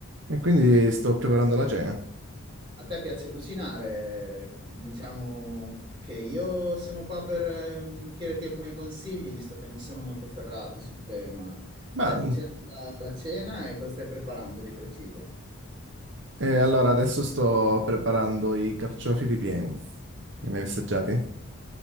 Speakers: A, on the right (about 55°); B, on the right (about 25°).
A: E quindi sto preparando la cena.
B: A te piace cucinare? Diciamo che io sono qua per ehm, chiederti alcuni consigli, visto che non sono molto ferrato sul tema.
A: Ma,
B: Stai
A: mh,
B: cucinando la, la cena e cosa stai preparando di preciso?
A: e allora adesso sto preparando i carciofi ripieni. Li hai mai assaggiati?